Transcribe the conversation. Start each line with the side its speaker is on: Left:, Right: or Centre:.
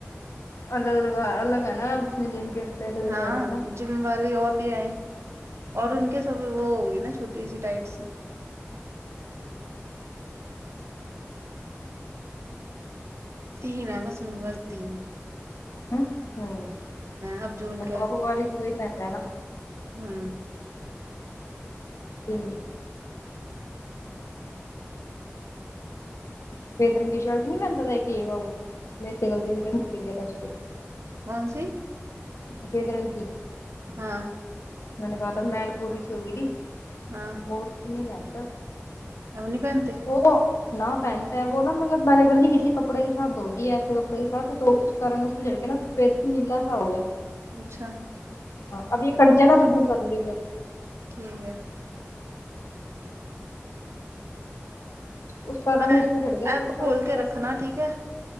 Left: الگ الگ ہے الگ ہے نا اس نے جم کے الگ
Right: ہاں
Left: لگا لیے نا
Right: جم والی اور لے آئے اور
Left: ہوں
Right: ان کے سب وہ ہوگئی نا چھوٹی سی ٹائٹ سی تین ہے بس انکے پاس تین
Left: ہ ہوں
Right: اب جو ان
Left: <unintelligible> بھی وہی پہنتے ہے نہ
Right: ہوں
Left: جی سفید رنگ کی شرٹ نہیں پہتا تھا یہ باؤ میرے سے غلطی سے رنگ پڑی چڑ گیا تھا اسپے
Right: کونسی
Left: سفید رنگ کی
Right: ہاں
Left: میں نے کہا تھا میل خوری سی ہوگی تھی
Right: ہاں
Left: وه اتنی نہی پہنتا
Right: اب نہیں پہنتے
Left: وہ نہ پہنتا ہے وہ نا مطلب میں نے پتا نہیں کسی کپڑے کےساتھ دھو دیا ایسے کپڑے کے ساتھ تو اس کہ رنگ اس پہ چڑ کے نا پھر سے نیلا سا ہو گیا
Right: اچھا
Left: ہاں ابھی یہ کٹ جائے نہ تو دوسرا کیے پھر
Right: ٹھیک ہے
Left: اس کا رنگ
Right: میں
Left: اس پہ چھڑ گیا
Right: ایپ
Left: تو اس کا
Right: کھول
Left: رنگ
Right: کے
Left: الگ
Right: رکھنا
Left: ہوگیا
Right: ٹھیک ہے